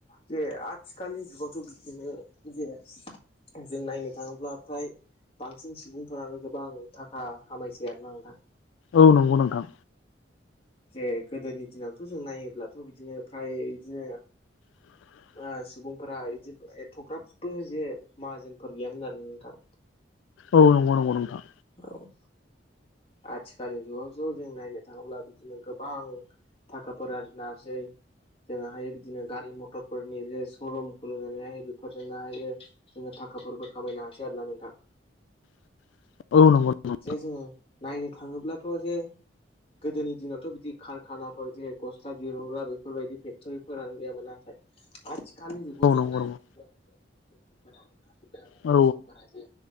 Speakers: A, on the left; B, on the left.
A: जे आथिखालनि जुगावथ' बिदिनो जे जों नायनो थाङोब्ला फ्राय बांसिन सुबुंफोरानो गोबां थाखा खामायसै आरो ना नोंथां।
B: औ नंगौ नोंथां।
A: जे गोदोनि दिनावथ' जों नायोब्लाथ' बिदिनो फ्राय बिदिनो
B: <inaudible>
A: बा सुबुंफोरा इदि एथ'ग्राबबो जे माहाजोनफोर गैयामोन आरो नोंथां।
B: औ नंगौ नंगौ नोंथां।
A: औ आथिखालनि जुगाव जे जों नायनो थाङोब्ला बिदिनो गोबां थाखाफोरा आरजिनो हासै जोङो हायो बिदिनो गारि मथरफोरनि जे स'रूम खुलिनानैहाय बेफोरजोंनो हायो जोङो था थाखाफोरबो खामायनो हासै आरो ना नोंथां।
B: <inaudible> नंगौ नंगौ
A: जे जोङो नायनो थाङोब्लाथ' जे गोदोनि दिनावथ' बिदि कारखानाफोर जेरै गस्ला दिरुनग्रा बेफोरबायदि फेक्ट'रिफोरानो गैयामोन, नाथाय <unintelligible> आथिखालनि जुगाव
B: औ
A: जों
B: नंगौ
A: नायनो
B: नंगौ
A: थाङोब्ला बेफोर बुस्तुफोरा ओंखारजोब्बाय आरोना
B: औ
A: मेचिनफोरा जे